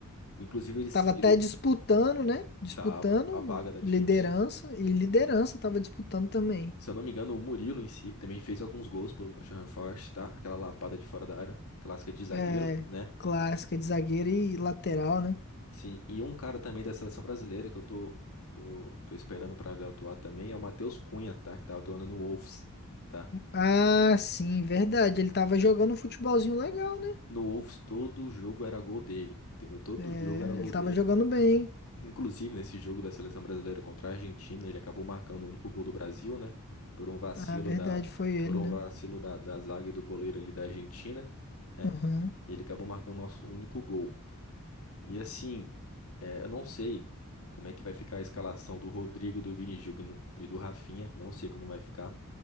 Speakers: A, on the left; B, on the left.
A: Inclusive, ele, se-
B: Tava até
A: ele
B: disputando, né? Disputando
A: tava, a vaga da
B: liderança,
A: Champions.
B: e liderança tava disputando também.
A: Se eu não me engano, o Murilo em si, ele também fez alguns gols pelo Nottingham Forest, tá? Aquela lapada de fora da área, clássica de zagueiro,
B: É,
A: né?
B: clássica de zagueiro e lateral, né?
A: Sim, e um cara também da seleção brasileira que eu tô, tô, tô esperando pra ver atuar também é o Matheus Cunha, tá? Que tava atuando no Wolves, tá?
B: Ah, sim, verdade. Ele tava jogando um futebolzinho legal, né?
A: No Wolves todo jogo era gol dele, entendeu? Todo
B: É,
A: jogo era gol
B: ele tava
A: dele.
B: jogando bem.
A: Inclusive nesse jogo da seleção brasileira contra a Argentina, ele acabou marcando o único gol do Brasil, né? Por um vacilo
B: Ah, verdade,
A: da,
B: foi ele,
A: por um
B: né?
A: vacilo da, da zaga e do goleiro ali da Argentina, né?
B: Aham.
A: Ele acabou marcando o nosso único gol. E assim, é, eu não sei como é que vai ficar a escalação do Rodrigo, do Vini Júnior e do Rafinha. Não sei como vai ficar,